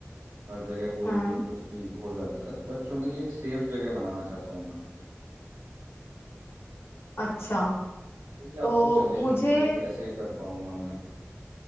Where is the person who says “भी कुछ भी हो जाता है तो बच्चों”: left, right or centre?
Right